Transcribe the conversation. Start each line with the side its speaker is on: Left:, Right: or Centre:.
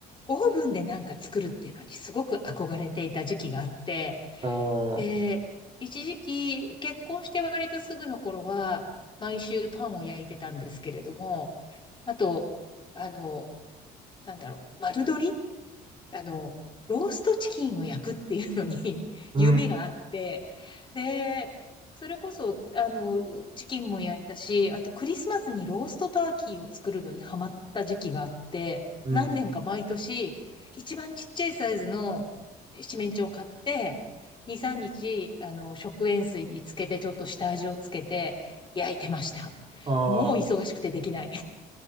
Left: オーブンでなんか作るっていうのにすごく憧れていた時期があって、
Right: お
Left: で、
Right: ー、
Left: 一時期、結婚して割とすぐの頃は、毎週パンを焼いてたんですけれども、あと、あの、なんだろう、丸鶏あの、ローストチキンを焼くっていうのに <laughs>
Right: うん、
Left: 夢があって、で、それこそ、あの、チキンも焼いたし、あとクリスマスにローストターキーを作るのにハマった時期があって、
Right: うん。
Left: 何年か毎年、一番ちっちゃいサイズの七面鳥を買って、2、3日、あの、食塩水につけて、ちょっと下味をつけて、焼いてました。
Right: あ
Left: もう忙しくてできない。